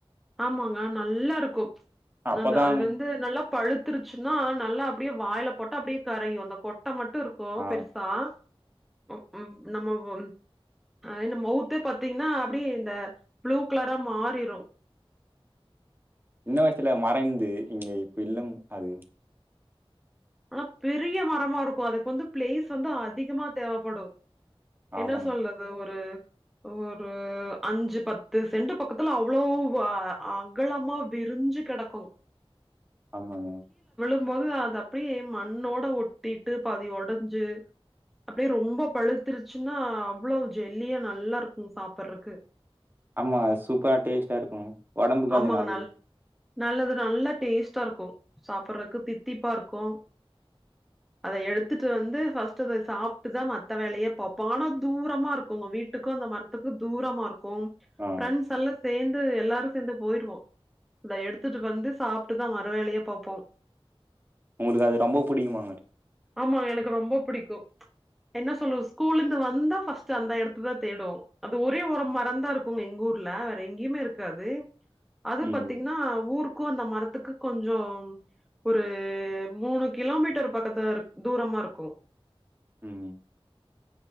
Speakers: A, in the centre; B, on the right.
A: ஆமாங்க நல்லாருக்கு
B: அப்பதா
A: அ அது வந்து நல்லா பழுத்துருச்சுன்னா நல்லா அப்டியே வாயில போட்ட அப்டியே கறையு அந்த கொட் ட மட்டு இருக்கு
B: ஆ
A: பெருசா ம் ம் நம்ம அ இந்த மௌவுத்தே பாத்தீங்ன்னா அப்டியே இந்த ப்ளூ கலரா மாறிரு
B: சின்ன வயசுல மறைந்து இங்க இப்ப இல்லம் அது
A: ஆனா பெரிய மரமாருக்கு அதுக்கு வந்து பிளேஸு வந்து அதிகமா தேவப்படு
B: ஆமா
A: என்ன சொல்றது ஒரு ஒரு அஞ்சு பத்து செண்டு பக்கத்துல அவ்ளோவு அ அகலமா வி விரிஞ்சு கெடக்கு
B: ஆமாங்க
A: இருக்கும் போது அத அப்டியே மண்ணோட ஒட்டிட்டு பாதி ஒடைஞ்சு அப்டியே ரொம்ப பழுத்துருச்சுன்னா அவ்ளோ ஜெல்லியா நல்லாருக்கு சாப்பறக்கு
B: ஆமா சூப்பரா டேஸ்ட்டாருக்கு ஒடம்புகு
A: ஆமாங்க
B: அது நல்லது
A: நல் நல்லது தா நல்லா டேஸ்டா இருக்கூ சாப்பறக்கு தித்திப்பா இருக்கூ அத எடுத்துட்டு வந்து ஃபர்ஸ்ட் அத சாப்ட்டுதான் மத்த வேலையே பாப்போம் ஆனா தூரமா இருக்குங்க வீட்டுக்கூ த மரத்துக்கு தூரமாருக்கும்
B: ஆ
A: ஃப்ரண்ட்ஸ் எல்லா சேந்து எல்லாரு சேந்து போயிருவோ இட எடுத்துட்டு வந்து சாப்ட்டுதா மறு வேலையே பாப்போ
B: உங்களுக்கு அது ரொம்ப புடிக்குமாங்கட்
A: ஆமா எனக்கு ரொம்ப புடிக்கூ என்ன சொல்றது ஸ்கூல்ல இருந்து வந்தா ஃபஸ்ட் அந்த ஏடத்த தா தேடு அது ஒரே ஒரு மரந்தா இருக்குங்க எங்கூர் ஊர்ல வேற எங்கையுமே இருக்காது அது
B: ம்.
A: பத்தீங்ன்னா ஊருக்கூ அந்த மரத்துக்கு கொஞ்சம் ஒரு மூணு கிலோமீட்டர் பக்கத்து தூரமா இருக்கூ
B: ம்